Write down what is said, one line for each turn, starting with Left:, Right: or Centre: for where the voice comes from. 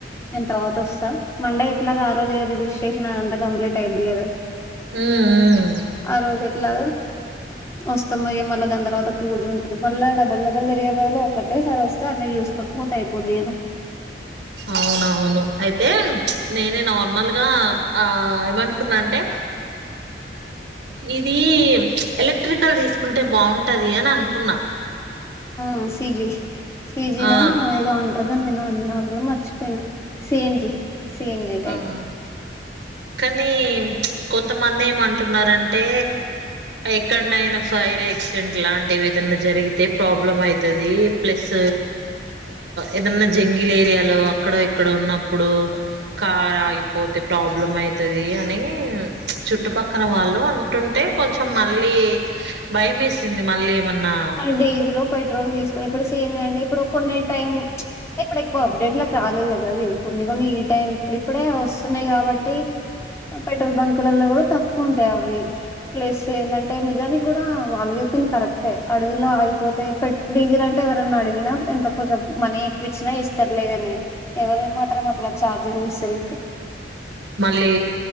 Left: నేను తర్వాత వస్తా మండే ఇట్లాగా ఆ రోజు ఏ రిజిస్ట్రేషన్ అదంతా కంప్లీట్ అయిది కదా
Right: ఉమ్
Left: ఆ రోజుఎ ట్లా వస్తామయ మళ్ళా దాని తర్వాత పూజ ఉంటుది మళ్ళ డబుల్ డబల్ తిరిగే పదులు ఒక్కటే ఒకేసారి వస్తె అన్నీ చూసుకోని పోతె అయిపోద్ది కదా
Right: అవునవును అయితే నేనే నార్మల్గా ఆ ఏమనుకున్నా అంటే ఇదీ ఎలక్ట్రికల్ తీసుకుంటే బావుంటది అని అనుకున్నా
Left: ఆ సీజి ‌సీజినో
Right: ఆ
Left: ఏదో అంట అదాం నా అ నా కూడా మర్చిపోయిన సీ ఎన్ జి ఏం టైపు
Right: ఆ కానీ కొంతమంది ఏమంటున్నారంటే ఎక్కడనైనా ఫైర్ యాక్సిడెంట్ లాంటివి ఏదన్నా జరిగితే ప్రాబ్లం అవుతుంది ప్లస్ ఏదన్నా జంగిల్ ఏరియాలో అక్కడ ఇక్కడ ఉన్నప్పుడు కార్ ఆగిపోతే ప్రాబ్లం అయితుది అనీ చుట్టుపక్కన వాళ్ళు అంటుంటే కొంచెం మళ్ళీ భయం వేసింది మళ్ళీ ఏమన్నా
Left: మరి డీజిలొ పెట్రోల్ తీసుకుని ఇప్పుడు సీఎన్ జి అండి ఇప్పుడు కొన్ని టైం మ్చ్ అంటే ఇప్పుడు ఎక్కువ అప్డేట్ లొ కి రాలేదు కదా అది కొన్ని కొన్ని ఈ టైం ఇప్పుడిప్పుడే వస్తున్నాయి కాబట్టి కాబట్టి పెట్రోల్ బంక్లలలో కూడా తక్కువ ఉంటాయి అవి ప్లెస్ ఏందంటే నిజానికి కూడా వాళ్ళు చెప్పింది కరెక్టే అడవిలో అగిపోతే డీజిల్ అంటే ఎవరన్నా అడిగినా ఎంత కొంచెం మనీ ఎక్కువ ఇచ్చినా ఇస్తర్లేగాని ఎవరు మాత్రం అట్లా చార్జింగ్ ఇస్తర చెప్పు పు
Right: మళ్ళీ